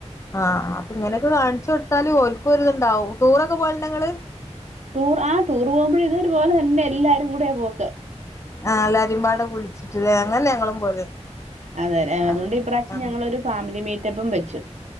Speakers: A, on the left; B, on the right.
A: ആഹ് അപ്പൊ ഇങ്ങനൊക്കെ കാണിച്ചൊട്ത്താല് ഓൽക്കൊരുത്ണ്ടാവും ടൂറൊക്കെ പോവൽണ്ടോ ഇങ്ങള്
B: ടൂർ ആ ടൂർ പോകുമ്പഴേ ഇതൊര് പോലെ തന്നെ എല്ലാരും കൂടിയാ പോക്ക്
A: ആഹ് എല്ലാരിമ്പാടെ വിളിച്ചിട്ട്ലേ അങ്ങനെ ഞങ്ങളും പോവല്
B: അതെലെ
A: ആ
B: അതോണ്ട് ഇപ്രാവശ്യം
A: ആ
B: ഞങ്ങളൊരു ഫാമിലി മീറ്റപ്പും വെച്ചു